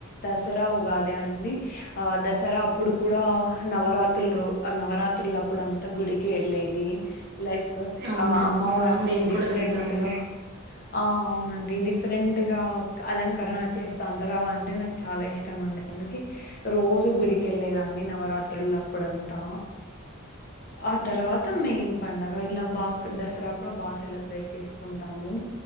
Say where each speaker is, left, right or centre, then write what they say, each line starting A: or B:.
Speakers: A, on the left; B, on the right.
A: దసరా ఉగాదే అండి ఆ దసరా అప్పుడు కూడా నవరాత్రులు రో నవరాత్రులు అప్పుడంతా గుడికి వెళ్ళేది లైక్
B: అవునండి
A: ఆ అమ్మవారిని
B: ఆ, మేము
A: డిఫరెంట్గా
B: కూడా వెళ్తాము
A: ఆ అవునండి డిఫరెంట్ గా అలంకరణ చేస్తంటారు అవంటి అంటే నాకు చాలా ఇష్టం అండి అందుక రోజు గుడిక వెళ్ళలేదాన్ని నవరాత్రులు అప్పుడంతా ఆ తర్వాత మెయిన్ పండగ ఇలా బా దసరా కూడా బాగా సెలబ్రేట్ చేసుకుంటాము